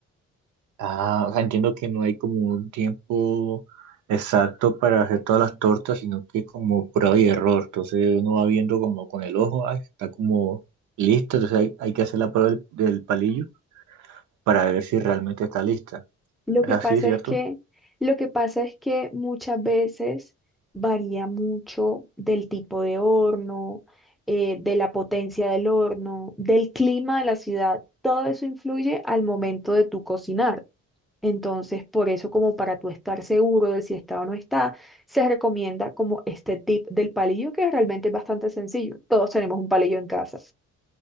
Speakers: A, on the right (about 75°); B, in the centre.
A: Ah, o sea, entiendo que no hay como un tiempo exacto para hacer todas las tortas, sino que es como prueba y error. Entonces uno va viendo como con el ojo, ay, está como lista, entonces hay, hay que hacer la prueba del, del palillo para ver si realmente está lista.
B: Lo
A: Es
B: que
A: así,
B: pasa
A: ¿cierto?
B: es que, lo que pasa es que muchas veces varía mucho del tipo de horno, eh, de la potencia del horno, del clima de la ciudad. Todo eso influye al momento de tu cocinar. Entonces, por eso, como para tú estar seguro de si está o no está, se recomienda como este tip del palillo, que realmente es bastante sencillo. Todos tenemos un palillo en casa.